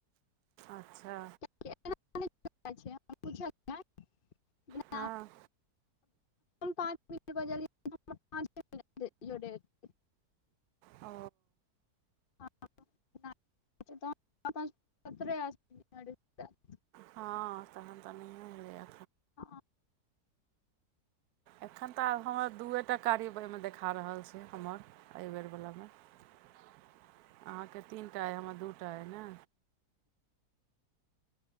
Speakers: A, on the right; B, on the left.
A: अच्छा
B: किया एना एल छियनि पुछलियनि जेना
A: हँ
B: पाँच मिनट बजलियै पाँचे मिनट जोरेतै
A: ओ
B: हॅं नै हमरा त सत्तरे अस्सी मिनट हैत
A: हँ तहन तऽ नहिये एलैय
B: ह
A: एखन तऽ आब हमर दूए टा कार्य ओहिमे देखा रहल छै हमर ऐवेरवलामे अहाँके तीनटा अइ हमर दूटा अइ ने